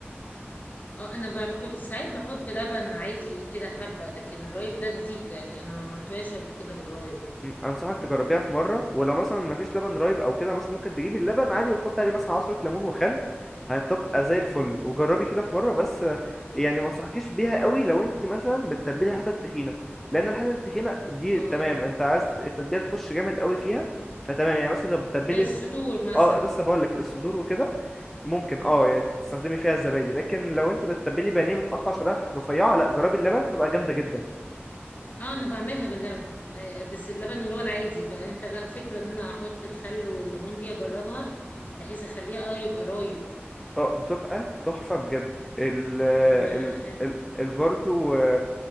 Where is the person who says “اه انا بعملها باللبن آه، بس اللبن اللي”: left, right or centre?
Left